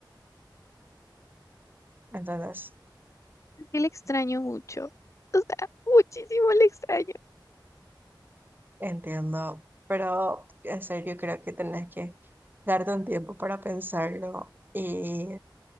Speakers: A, on the right; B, on the left.
A: Entonces,
B: Que le extraño mucho. O sea, muchísimo le extraño.
A: entiendo, pero en serio creo que tenés que darte un tiempo para pensarlo y,